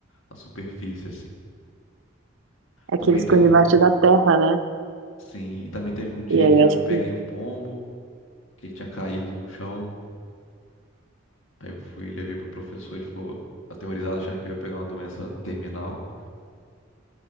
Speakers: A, on the left; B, on the right.
A: na superfície, assim.
B: É
A: Também
B: que eles
A: teve
B: ficam debaixo
A: um.
B: da terra, né?
A: Sim, e também teve um dia
B: E aí
A: que
B: acho
A: eu peguei
B: que.
A: um pombo, que ele tinha caído no chão. Aí eu fui e levei pro professor, ele ficou aterrorizado achando que eu ia pegar uma doença terminal.